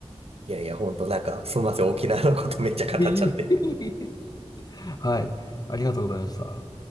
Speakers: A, on the right (about 70°); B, on the left (about 40°).
A: いやいや、本当なんか、すみません、沖縄のことめっちゃ語っちゃって。
B: いえいえ <laughs> はい。ありがとうございました。